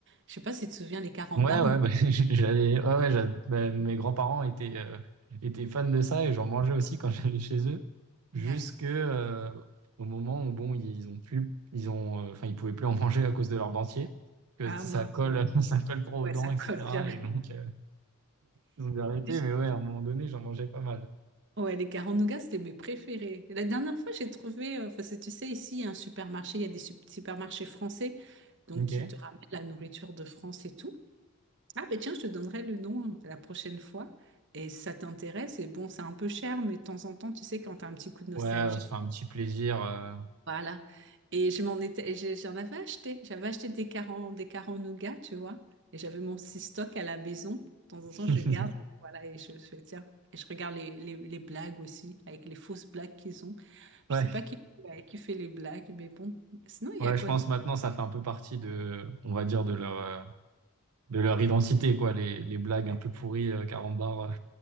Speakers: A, on the right (about 55°); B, on the right (about 85°).
A: je sais pas si tu te souviens, les carambars,
B: Ouais, ouais,
A: mais...
B: bah, <laughs> j'allais, ouais, ouais, j'a- bah, mes grands-parents étaient, euh, étaient fans de ça et j'en mangeais aussi quand <laughs> j'allais chez eux, jusque,
A: Ouais.
B: euh, au moment où, bon, ils ont plus, ils ont, euh, enfin, ils pouvaient plus en <laughs> manger à cause de leur dentier, que
A: Ah
B: ça
A: mince,
B: colle,
A: ouais.
B: <laughs> ça colle trop
A: Ouais,
B: aux dents,
A: ça colle
B: etc.
A: bien.
B: Et donc, euh, Vous arrêtez,
A: <laughs>
B: mais ouais, à un moment donné, j'en mangeais pas mal.
A: Ouais, les carrés en nougat, c'était mes préférés. Et la dernière fois, j'ai trouvé, euh, parce que tu sais, ici, il y a un supermarché, il y a des sup- supermarchés français, donc
B: Ok.
A: qui te ramènent la nourriture de France et tout. Ah, ben tiens, je te donnerai le nom hein, la prochaine fois. Et si ça t'intéresse, et bon, c'est un peu cher, mais de temps en temps, tu sais, quand t'as un petit coup de nostalgie,
B: Ouais, euh, c'est un petit plaisir. euh,
A: voilà. Et je m'en étais, je- j'en avais acheté. J'avais acheté des carants, des carants nougat, tu vois. Et j'avais mon six stock à la maison. De temps
B: <laughs>
A: en temps, je garde. Voilà, et je, je fais, tiens. Et je regarde les, les, les blagues aussi, avec les fausses blagues qu'ils ont. Je
B: Ouais,
A: sais pas qui, ouais, qui fait les blagues, mais bon. Sinon, il
B: ouais,
A: y a quoi
B: je pense
A: d'autre?
B: maintenant ça fait un peu partie de, on va dire de leur, euh, de leur identité quoi, les, les blagues
A: Ouais,
B: un peu pourries euh, carambar. euh.